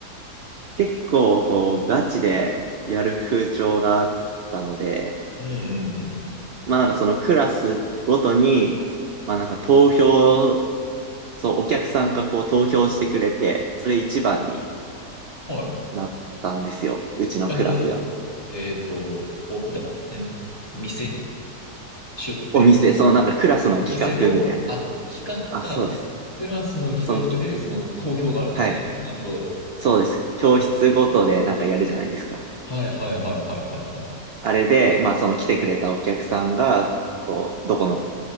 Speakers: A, on the right; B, on the left.
A: 結構、こう、ガチでやる風潮があったので、
B: や。うんうんうん。
A: まあ、なんかそのクラスごとに、まあ、なんか投票そう、お客さんがこう投票してくれて、それ一番に
B: はい。
A: なったんですよ。うちのクラスが。
B: えっと、えっと、お、だ、ん店出店
A: お店、そのなんかクラスの企画みたいな。
B: お店の、あ、企画か。
A: あ、そうです。
B: クラスの企画で、
A: その、
B: その投票があるんですね。
A: はい。
B: なるほど。
A: そうです。教室ごとでなんかやるじゃないですか。
B: はいはいはいはいはいはい。
A: あれで、まあその来てくれたお客さんが、こう、どこの、